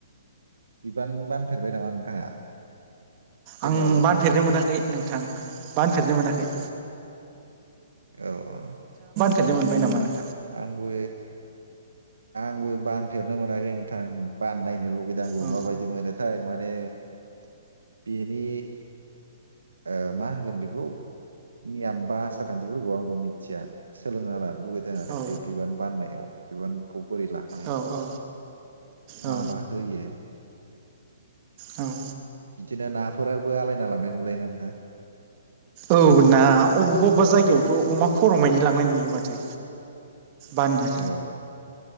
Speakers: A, on the right (about 75°); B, on the right (about 35°).
A: बिबान <unintelligible> सोरनियावबाफोर
B: आं बानफेरनो मोनाखै नोंथां बानफेरनो मोनाखै।
A: औ औ
B: <unintelligible> मोनबाय नामा नो
A: आंबो आंबो बानफेरनो मोनाखै नोंथां बान नायनो लु बैदों खंबों
B: औ
A: माबायदि मोनोथाय माने बेनि ओ मा होनगोन बेखौ नि आबबा आसार खान्थिफोरखौ आंबो मिथिया सोलोंना लानो लुगै दो आरो
B: औ
A: बे बिबान बाननायाव बिबानखौ बोरै लाङो
B: औ औ औ
A: मा मा होयो
B: औ
A: बिदिनो नाफोराबो आलायना लांनाय नुलायो ना नोंथां?
B: औ ना अबेबा अबेबा जायगायावथ' अमा खर'मानि लांनाय नुयो माथो। बान्धन
A: औ